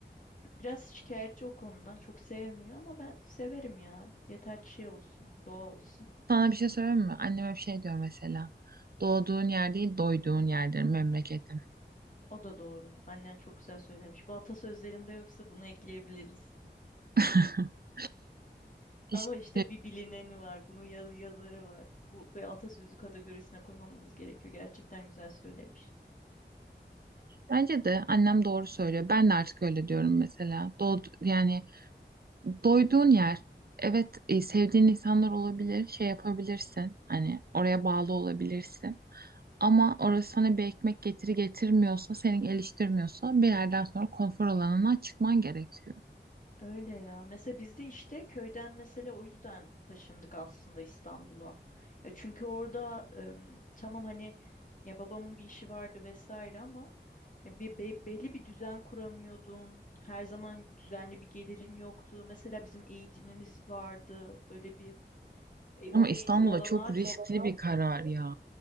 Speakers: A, on the left (about 45°); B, on the right (about 55°).
A: Biraz şikayetçi o konudan. Çok sevmiyor ama ben severim ya. Yeter ki şey olsun, doğa olsun. <laughs>
B: Sana bir şey söyleyeyim mi? Annem hep şey diyor mesela. Doğduğun yer değil, doyduğun yerdir memleketin.
A: O da doğru. Annen çok güzel söylemiş. Bu atasözlerinde yoksa bunu ekleyebiliriz.
B: <laughs> İşte
A: Ama işte bir bilineni var. Bunun yaz yazarı var. Bu, bu atasözü kategorisine koymamamız gerekiyor. Gerçekten güzel söylemiş.
B: bence de annem doğru söylüyor. Ben de artık öyle diyorum mesela. Doğ, yani doyduğun yer. Evet, e, sevdiğin insanlar olabilir, şey yapabilirsin. Hani oraya bağlı olabilirsin. Ama orası sana bir ekmek getiri getirmiyorsa, seni geliştirmiyorsa bir yerden sonra konfor alanına çıkman gerekiyor.
A: Öyle ya. Mesela biz de işte köyden mesela o yüzden taşındık aslında İstanbul'a. Ya çünkü orada em, tamam hani ya babamın bir işi vardı vesaire ama ya bir be- belli bir düzen kuramıyordun. Her zaman düzenli bir gelirin yoktu. Mesela bizim eğitimimiz vardı. Öyle bir e,
B: Ama
A: orada
B: İstanbul'a
A: eğitim olanağı
B: çok riskli
A: çok yok.
B: bir karar ya.